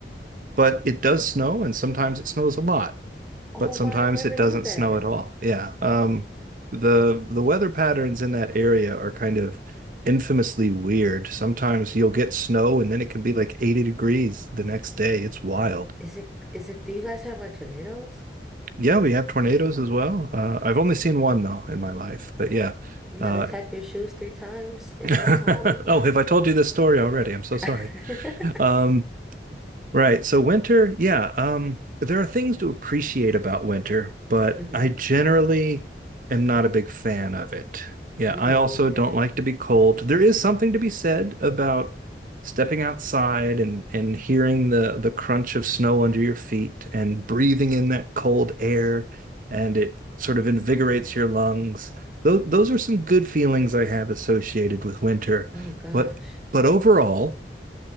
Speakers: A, on the right; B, in the centre.
A: but it does snow, and sometimes it snows a lot
B: Oh,
A: but sometimes
B: wow, I never
A: it
B: knew
A: doesn't
B: that.
A: snow at all. Yeah. Um, the the weather patterns in that area are kind of infamously weird. Sometimes you'll get snow and then it can be like 80 degrees the next day. It's wild.
B: Is it, is it, do you guys have like tornadoes?
A: Yeah, we have tornadoes as well. Uh, I've only seen one though in my life, but yeah.
B: You
A: Uh,
B: had to tap your shoes three times and
A: <laughs>
B: go home.
A: oh, have I told you this story already? I'm so sorry.
B: <laughs>
A: Um, Right. So winter, yeah, um, there are things to appreciate about winter, but
B: hmm
A: I generally am not a big fan of it. Yeah,
B: Me
A: I also
B: either.
A: don't like to be cold. There is something to be said about stepping outside and and hearing the the crunch of snow under your feet and breathing in that cold air and it sort of invigorates your lungs. Those those are some good feelings I have associated with winter.
B: Oh gosh,
A: But but overall,